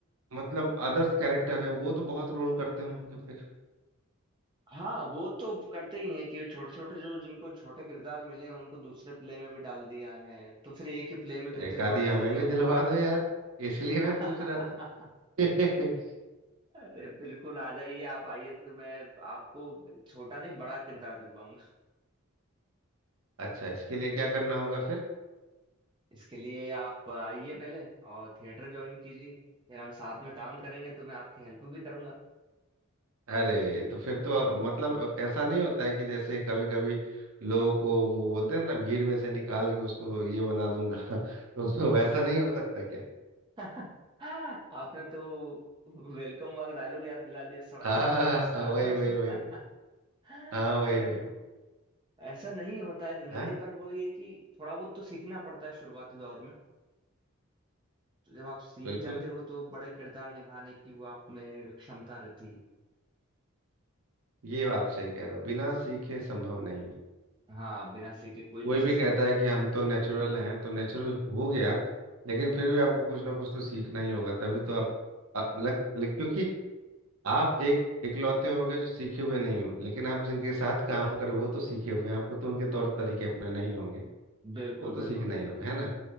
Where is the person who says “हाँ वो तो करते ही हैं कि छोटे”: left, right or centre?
Right